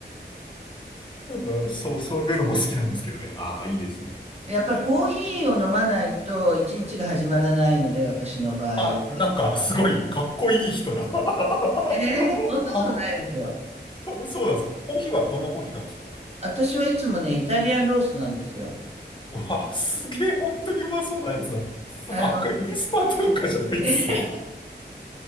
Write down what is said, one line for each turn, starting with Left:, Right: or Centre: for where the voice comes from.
Left: うん、そう、そういうのも好きなんですけどね。ああ、いいですね。
Right: やっぱコーヒーを飲まないと一日が始まらないので、私の場合。
Left: あ、
Right: はい
Left: なんか、すごい、
Right: え
Left: かっこいい人だ。<laughs>
Right: ー、そんなことないですよ。
Left: あ、そそうなんです。コーヒーはどんなコーヒーなんですか
Right: 私はいつもね、イタリアンロースなんですよ。
Left: わあ、すげえ、本当にうまそうなやつだ。
Right: あの、
Left: あ、これインスタントとかじゃないっすね。
Right: <laughs>